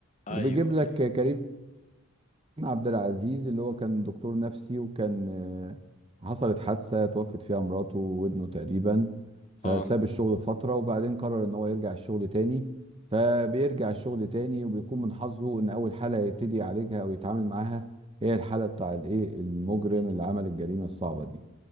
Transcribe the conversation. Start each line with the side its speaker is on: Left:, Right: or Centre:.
Left: ايوه
Right: وبيجيب لك
Left: ايوه
Right: كريم عبد العزيز اللي هو كان دكتور نفسي وكان آه، حصلت حادثة توفت فيها مراته وابنه تقريبا
Left: اه
Right: فساب الشغل فترة وبعدين قرر ان هو يرجع الشغل تاني فبيرجع الشغل تاني وبيكون من حظه ان اول حالة يبتدي يعالجها او يتعامل معاها هي الحالة بتاع الايه المجرم اللي عمل الجريمة الصعبة دي